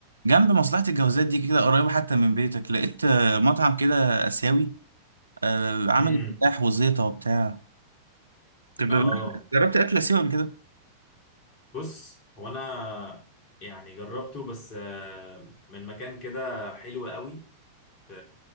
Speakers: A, on the right; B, on the left.
A: جنب مصلحة الجوازات دي كده قريبة حتى من بيتك لقيت آه، مطعم كده آسيوي آه، عامل
B: امم
A: افتتاح وزيطة وبتاع طب
B: اه
A: جربت جربت اكل آسيوي قبل كده
B: بص هو انا يعني جربته بس آه، من مكان كده حلو قوي في